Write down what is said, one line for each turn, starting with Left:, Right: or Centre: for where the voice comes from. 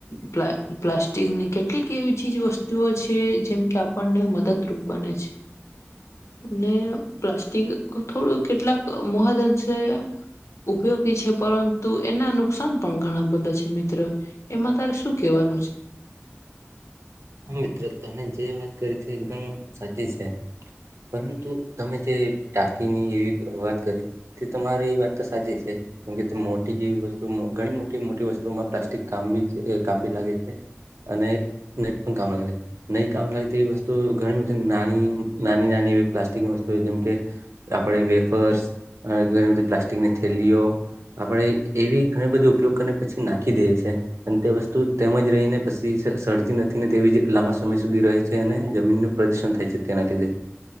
Left: પ પ્લાસ્ટિકની કેટલીક એવી ચીજ વસ્તુઓ છે. જેમ કે આપણને મદદરૂપ બને છે. ને પ્લાસ્ટિક થોડું કેટલાક મહાદંશે ઉપયોગી છે. પરંતુ એના નુકસાન પણ ઘણા બધા છે. મિત્રો એમાં તારે શું કેહેવાનું છે?
Right: મ્ર તમે જે વાત કરી તે એકદમ સાચી છે. પરંતુ તમે જે ટાંકીની એવી વાત કરી તે તમારી વાત તો સાચી છે. કેમકે મોટી જેવી વસ્તુ ઘણી મોટી મોટી વસ્તુઓમાં પ્લાસ્ટિક કામી છે. કામી લાગે છે. અને નહી કામ લાગે તેવી વસ્તુ ઘણી બધી નાની નાની નાની એવી પ્લાસ્ટિક વસ્તુ જેમ કે આપણે વેફર્સ ઘણી બધી પ્લાસ્ટિકની થેલીઓ આપણે એવી ઘણી બધી ઉપયોગ કરીને પછી નાખી દેએ છે અને તે વસ્તુ તેમજ રહીને પછી સતી નથી. ને તેવી જ લાંબા સમય સુધી રહે છે અને જમીનનું પ્રદુષણ થાય છે તેના લીધે